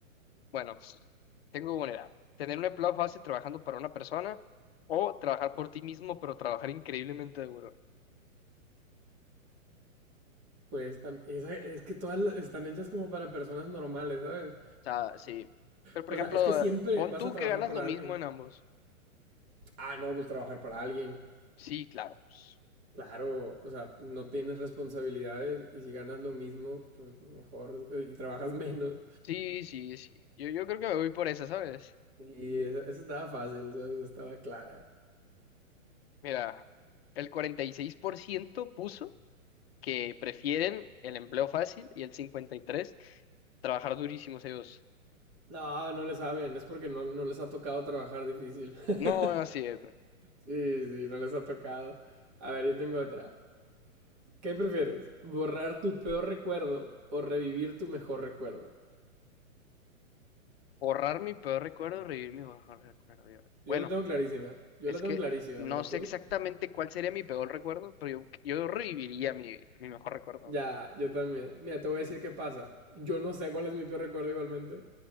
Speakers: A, on the left; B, on the right.
A: Bueno, tengo una edad. Tener un empleo fácil trabajando para una persona o trabajar por ti mismo, pero trabajar increíblemente duro. O
B: Pues tam- esa- es que todas la- están hechas como para personas normales, ¿sabes?
A: sea, sí. Pero, por
B: O
A: ejemplo,
B: sea, es que siempre
A: eh, pon
B: vas
A: tú
B: a trabajar
A: que ganas
B: para
A: lo mismo
B: alguien.
A: en ambos.
B: Ah, no, pues trabajar para alguien.
A: Sí, claro, pues.
B: Claro, o sea, no tienes responsabilidades y si ganas lo mismo, pues mejor eh, y trabajas <laughs> menos.
A: Sí, sí, sí. Yo, yo creo que me voy por esa, ¿sabes?
B: Y esa, esa estaba fácil, ¿sabes? Estaba clara.
A: Mira, el 46% puso que prefieren el empleo fácil y el 53 trabajar durísimos ellos.
B: No, no le saben, es porque no, no les ha tocado trabajar difícil. <laughs>
A: No, así es.
B: Sí, sí, no les ha tocado. A ver, yo tengo otra. ¿Qué prefieres? ¿Borrar tu peor recuerdo o revivir tu mejor recuerdo?
A: Borrar mi peor recuerdo, revivir mi mejor recuerdo. Yo-
B: Yo
A: Bueno,
B: la tengo clarísima. Yo
A: es
B: la tengo
A: que
B: clarísima,
A: no
B: pero tú.
A: sé exactamente cuál sería mi peor recuerdo, pero yo, yo reviviría mi, mi mejor recuerdo.
B: Ya, yo también. Mira, te voy a decir qué pasa. Yo no sé cuál es mi peor recuerdo igualmente.